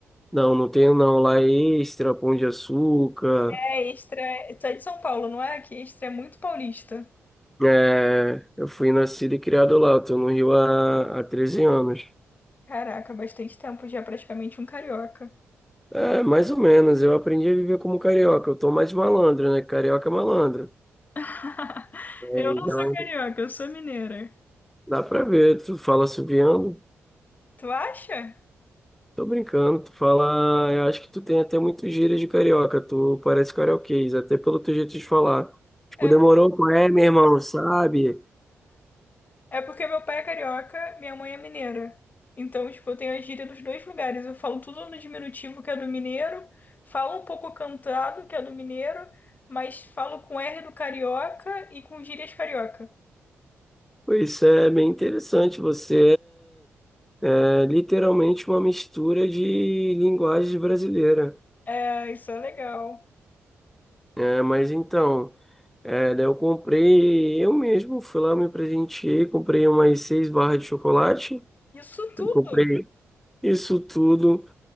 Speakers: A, in the centre; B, on the left.
A: não, não tenho não, lá é extra, pão de açúcar,
B: É, Extra. Tu é de São Paulo, não é? Que Extra é muito paulista.
A: é, eu fui nascido e criado lá, eu tô no Rio há, há 13 anos.
B: Caraca, bastante tempo já, praticamente um carioca.
A: É, mais ou menos, eu aprendi a viver como carioca, eu tô mais malandro, né, carioca é malandro,
B: <laughs>
A: É,
B: Eu
A: então
B: não sou carioca, eu sou mineira.
A: dá pra ver, tu fala assoviando.
B: Tu acha?
A: Tô brincando, tu fala. Eu acho que tu tem até muitos gírias de carioca, tu parece carioquês, até pelo teu jeito de falar. Tipo,
B: É
A: demorou com é, meu irmão, sabe?
B: É porque meu pai é carioca, minha mãe é mineira. Então, tipo, eu tenho a gíria dos dois lugares. Eu falo tudo no diminutivo, que é do mineiro, falo um pouco cantado, que é do mineiro, mas falo com R do carioca e com gírias carioca.
A: Pois é bem interessante. Você é, é literalmente uma mistura de linguagem brasileira.
B: É, isso é legal.
A: É, mas então, é, daí eu comprei, eu mesmo fui lá, me presenteei, comprei umas seis barras de chocolate,
B: Isso
A: eu
B: tudo?
A: comprei isso tudo.